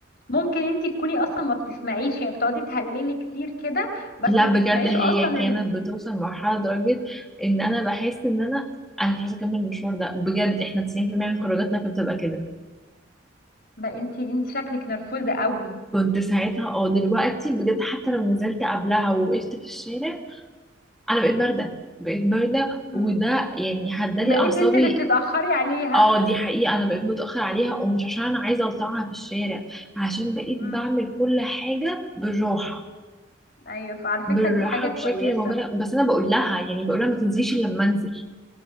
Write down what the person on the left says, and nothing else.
ممكن انتي تكوني اصلا ما بتسمعيش يعني بتقعدي تهللي كتير كده بس
ما
بتسمعيش
اصلا
ان
بقى انتي انتي شكلك نرفوزة قوي
مم.
بقيت
انتي اللي بتتأخري عليها
مم.
ايوه فعلى فكرة
دي حاجة
كويسة